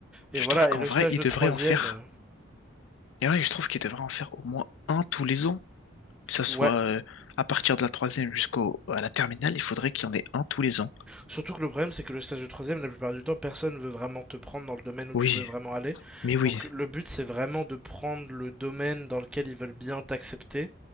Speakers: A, in the centre; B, on the left (about 75°).
A: Et
B: Je
A: voilà,
B: trouve qu'en
A: et le
B: vrai,
A: stage
B: il
A: de
B: devrait
A: troisième.
B: en faire.
A: euh,
B: Et ouais, je trouve qu'il devrait en faire au moins un tous les ans. Que ça soit
A: Ouais.
B: euh, à partir de la troisième jusqu'au à la terminale, il faudrait qu'il y en ait un tous les ans.
A: Surtout que le problème, c'est que le stage de troisième, la plupart du temps, personne veut vraiment te prendre dans le domaine où
B: Oui,
A: tu veux vraiment aller.
B: mais oui,
A: Donc, le but, c'est vraiment de prendre le domaine dans lequel ils veulent bien t'accepter.